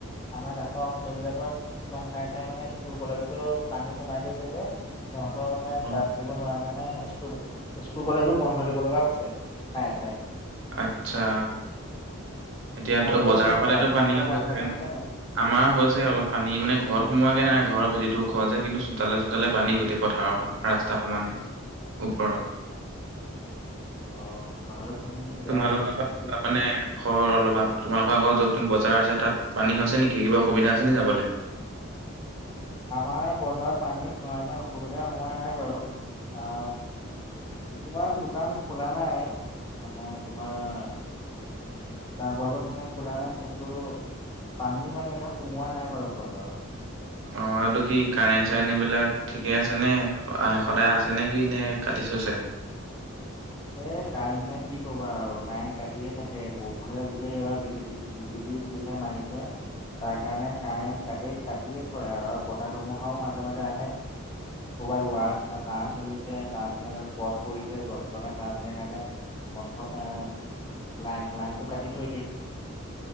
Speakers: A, on the left; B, on the right.
A: আমাৰ দেশ অঞ্চলবিলাকত কিছুমান ঠায়ে ঠাইে মানে স্কুল-কলেজতো পানী সোমাই গৈছে যে সিহঁতৰ মানে
B: অ'।
A: ক্লাছ কৰিব নোৱাই। কানে স্কুল গোপ স্কুল-কলেজো বন্ধ দিব লগা হৈছে ঠায়ে ঠায়ে।
B: আচ্ছা, এতিয়াতো
A: তোমালোকৰ
B: বজাৰ
A: কেনেকুৱা
B: ফালেতো
A: তোমালোকৰ
B: পানী আছে
A: বানপানী
B: চাগে ন?
A: হৈছে নাই
B: আমাৰ হৈছে অলপ পানী মানে ঘৰত সোমোৱাগে নাই, ঘৰৰ ভেটিটো ওখ যে কিন্তু চোতালে চোতালে পানী গোটেই পথাৰৰ খ- ৰাস্তা সমানে ওপৰত।
A: অ কথাটো শুনি বেয়া
B: তোমালোকৰ
A: লাগিল
B: <unintelligible>
A: কিন্তু দেই
B: তাপানে? বৰ অলবাদ তোমালোকৰ আগত য'ত টন বজাৰ আছে তাত পানী হৈছে নেকি কিবা অসুবিধা আছে নি যাবলে?
A: আমাৰ বজাৰত পানী ইমান অসুবিধা হোৱা নাই বাৰু। আ কিছুমান দোকান খোলা নাই মানে তোমা- দোকান পোহাবৰ খোলা নাই কিন্তু পানী মানে একে সোমোৱা নাই বাৰু বজাৰত।
B: অ এইটো কি কাৰেন চাৰেন এইবিলাক ঠিকে আছে নে, আই সদায় আছে নেকি, নে কাটি থৈছে?
A: এ কাৰেণ্ট চাৰেন কি কবা আৰু কাৰেণ্ট কাটিয়ে থাকে বৰষুণে‌ দিলেই এবাৰ ভিকি ভিকি বিজুলী যিহে মাৰিছে। তাৰ কাৰণে কাৰেন্ট কাটি কাটিয়ে থয় আৰু বতাহ ধুমুহাও মাজে মাজে আহে। ক'ৰবাত ওৱাৰ তা তাঁৰ ছিঙিছে তাঁৰ ছিঙাডাল গছ পৰিছে গছ লগা তাঁৰ ছিঙাকাৰেণে কমফ্ৰ এ লাইক লাইনটো কাটি থৈ দিয়ে।